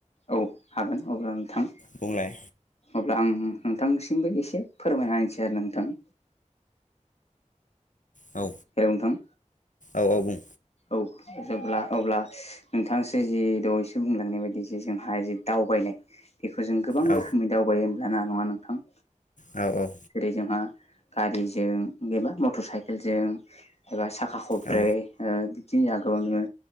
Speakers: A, on the left; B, on the left.
A: औ हागोन अब्ला नोंथां।
B: बुंलाय
A: अब्ला आं नोंथांसिमबो एसे फोरमायहसै आरो नोंथां।
B: औ
A: हेलौ नोंथां।
B: औ औ बुं।
A: औ जेब्ला अब्ला, नोंथांसो जि दहैसे बुंलांनाय बायदि जे जोंहा जि दावबायनाय। बेखौ जों गोबां
B: औ
A: रोखोमनि दावबायो होमब्लाना नंङा नोंथां।
B: औ औ
A: जेरै जोंहा गारिजों एबा मटर साइकेलजों। एबा साखा खब्रै
B: औ
A: ओ बिदिनो जा गोबां दङो।